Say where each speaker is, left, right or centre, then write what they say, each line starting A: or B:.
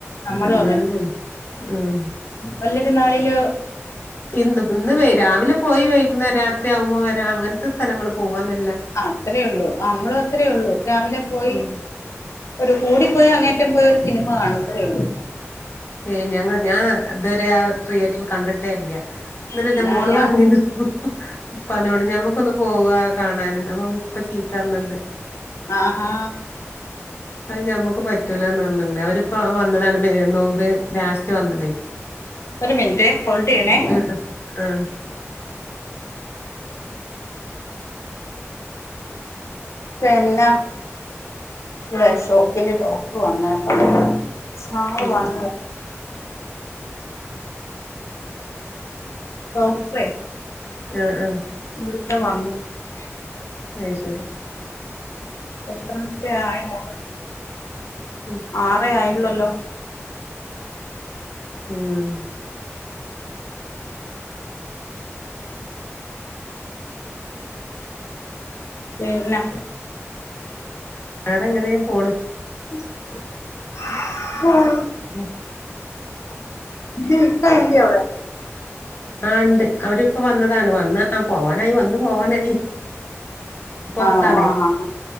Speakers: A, on the left; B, on the left.
A: നമ്മളും
B: ഉം ഉം.
A: നല്ലൊരു നാളില്
B: ഇന്ന്പ്പം ഇന്ന് രാവിലെ പോയി വൈകുന്നേര രാത്രി ആകുമ്പോ വരാ അങ്ങനത്തെ സ്ഥലങ്ങൾ പോകാന്ന
A: അത്രേ ഉള്ളൂ നമ്മളും അത്രേ ഉള്ളൂ രാവിലെ പോയി
B: ഉം
A: ഒരു കൂടിപ്പോയ അങ്ങേ അറ്റം പോയ ഒരു സിനിമ കാണും അത്രേയുള്ളൂ
B: ഏ ഞാൻ ക ഞാൻ ഇതുവരെ ആ തിയേറ്റർ കണ്ടിട്ടേയില്ല ന്നിട്ട്
A: എന്നാ
B: എൻ്റെ മോള്
A: ഞാൻ
B: പറഞ്ഞിനു <unintelligible> ഉപ്പാനോട് ഞമ്മക്കൊന്ന് പോവാ കാണാന് അപ്പം ഉപ്പ ചീത്ത പർഞ്ഞിണ്ട്
A: ആഹാ
B: അത് ഞമ്മക്ക് പറ്റൂ ലാന്നർഞ്ണ്ട് അവര്പ്പം വന്നതാണ് പെര് നോമ്പ് ലാസ്റ്റ് വന്നതേ
A: ഒരു മിനിറ്റ് ഹോൾഡ് ചെയ്യണേ
B: ഉം ഉം ഉം
A: പിന്ന വ ഷോപ്പില് ഡോക്ടർ വന്നാട്ടൊ സാറ്
B: ആഹ്
A: വന്നു ഡോക്ടറെ
B: ആഹ് ആഹ്.
A: <unintelligible>
B: അത് ശരി.
A: എത്രമത്തെ ആയി നോണ്ടത്
B: ഉം
A: ആറേ ആയി ഇന്നല്ലോ
B: ആഹ്
A: പിന്നെ
B: വേറെങ്ങനെ പോണ്
A: <unintelligible>
B: മം
A: <unintelligible>
B: ആഹ് ഉണ്ട് അവരിപ്പൊ വന്നതാണ് വന്ന് പോവാനായി- പൊറത്താണ്
A: ആണോ ആഹ് ആഹ്